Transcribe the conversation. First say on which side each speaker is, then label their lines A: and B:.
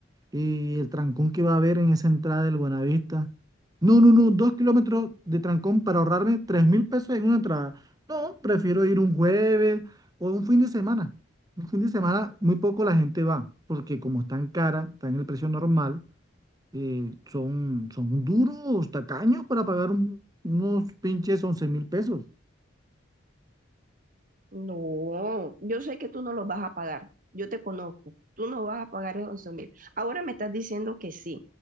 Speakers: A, on the right; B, on the right.
A: y el trancón que va a haber en esa entrada del Buenavista. No, no, no, dos kilómetros de trancón para ahorrarme tres mil pesos en una entrada. No, prefiero ir un jueves o un fin de semana. Un fin de semana muy poco la gente va, porque como están caras, están en el precio normal, eh, son, son duros, tacaños para pagar un- unos pinches once mil pesos.
B: No, yo sé que tú no los vas a pagar. Yo te conozco. Tú no vas a pagar esos 11 mil. Ahora me estás diciendo que sí.